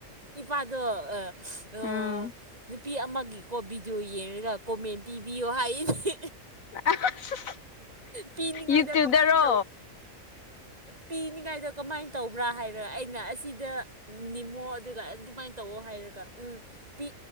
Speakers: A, on the right; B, on the left.
A: ꯏꯄꯥꯗꯣ ꯑ
B: ꯎꯝ
A: ꯅꯨꯄꯤ ꯑꯃꯒꯤꯀꯣ ꯕꯤꯗꯤꯑꯣ ꯌꯦꯡꯔꯒ ꯀꯣꯃꯦꯟ ꯄꯤꯕꯤꯌꯣ ꯍꯥꯏꯌꯦꯅꯦ
B: <unintelligible>
A: ꯄꯤꯅꯤꯡꯉꯥꯏꯗꯣ
B: ꯌꯨꯇ꯭ꯌꯨꯕꯇꯔꯣ
A: ꯀꯃꯥꯏ ꯇꯧ ꯄꯤꯅꯤꯡꯉꯥꯏꯗꯣ ꯀꯃꯥꯏ ꯇꯧꯕ꯭ꯔꯥ ꯍꯥꯏꯔ ꯑꯩꯅ ꯑꯁꯤꯗ ꯅꯤꯝꯃꯣ ꯑꯗꯨꯒ ꯑꯗꯨꯃꯥꯏ ꯇꯧꯑꯣ ꯍꯥꯏꯔꯒ ꯎꯝ ꯄꯤ